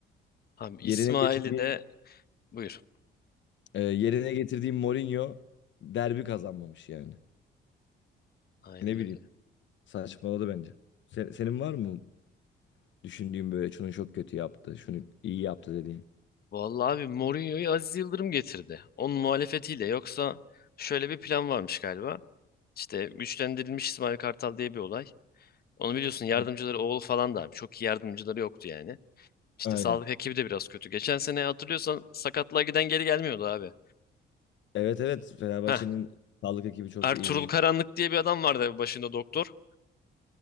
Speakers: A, on the left; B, on the left.
A: Abi
B: Yerine
A: İsmail'i
B: getirdiğim
A: de buyur.
B: e, yerine getirdiğim Mourinho derbi kazanmamış yani.
A: Aynen
B: Ne bileyim
A: öyle.
B: saçmaladı bence. Se- senin var mı Düşündüğüm böyle şunu çok kötü yaptı, şunu iyi yaptı dediğin.
A: Vallahi abi Mourinho'yu Aziz Yıldırım getirdi. Onun muhalefetiyle yoksa şöyle bir plan varmış galiba. İşte güçlendirilmiş İsmail Kartal diye bir olay. Onu biliyorsun yardımcıları
B: Hı,
A: oğlu falan da abi. Çok iyi yardımcıları yoktu yani. İşte
B: Aynen.
A: sağlık ekibi de biraz kötü. Geçen sene hatırlıyorsan sakatlığa giden geri gelmiyordu abi.
B: Evet evet Fenerbahçe'nin
A: Heh.
B: sağlık ekibi çok
A: Ertuğrul
B: iyi değil.
A: Karanlık diye bir adam vardı abi başında doktor.